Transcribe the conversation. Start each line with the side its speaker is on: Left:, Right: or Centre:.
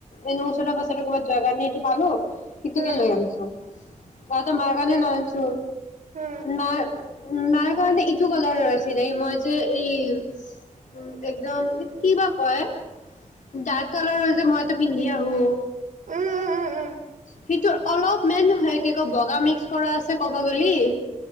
Left: এনে ওচৰে পাজৰে ক'ৰবাত যোৱাৰ কাৰণে এইটো পালো। সেইটোকে
Right: উম
Left: লৈ আনছো। <unintelligible> মাৰ কাৰণে
Right: উম
Left: লৈ আনছো,
Right: উম
Left: নাই উ মাৰ কাৰণে ইটো কালাৰ ৰ আছিলেই মই যে এই উ একদম কি বা কয় ডাৰ্ক কালাৰৰ যে মই এটা পিন্ধি আহোঁ।
Right: উম উম উম
Left: সিটো অলপ মেইন কি ক বগা মিক্স কৰা আছে ক'ব গ'লি